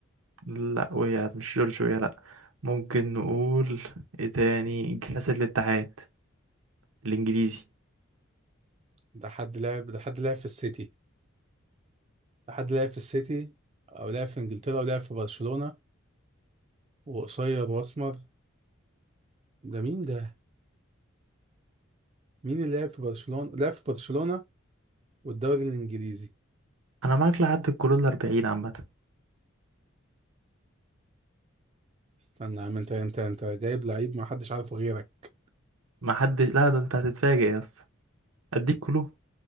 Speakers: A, on the right; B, on the right.
A: لا ويا مش جورجيا لا ممكن نقول إيه تاني كأس الاتحاد الإنجليزي
B: ده حد لعب ده حد لعب في السيتي ده حد لعب في السيتي أو لعب في إنجلترا ولعب في برشلونة وقصير وأسمر ده مين ده؟ مين اللي لعب في برشلونة؟ لعب في برشلونة والدوري الإنجليزي
A: أنا معاك لحد الكلو الأربعين عامة
B: استنى يا عم أنت أنت أنت جايب لعيب ما حدش عارفه غيرك
A: ما حد لا ده أنت هتتفاجئ يا اسطى أديك كلو